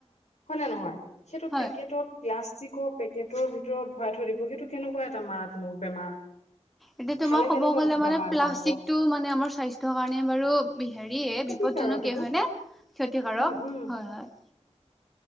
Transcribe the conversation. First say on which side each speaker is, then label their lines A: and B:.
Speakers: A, on the left (about 80°); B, in the centre.
A: হয় নে নহয় সেইটো
B: হয়
A: পেকেটত গ্লাছ চিকৰ পেকেটৰ ভিতৰত ভৰাই থৈ দিব সেইটো কেনেকুৱা এটা মাৰাত্মক বেমাৰ।
B: এতিয়া তোমাৰ
A: খালে কেনেকুৱা
B: ক'ব গ'লে মানে
A: বেমাৰ
B: প্লাষ্টিকটো
A: এটা হ'ব
B: মানে আমাৰ স্বাস্থ্যৰ কাৰণে বাৰু হেৰিয়ে
A: ক্ষতিকাৰক
B: বিপদজনকে।
A: এইটো
B: হয়নে? ক্ষতিকাৰক
A: উম উম
B: হয়, হয়।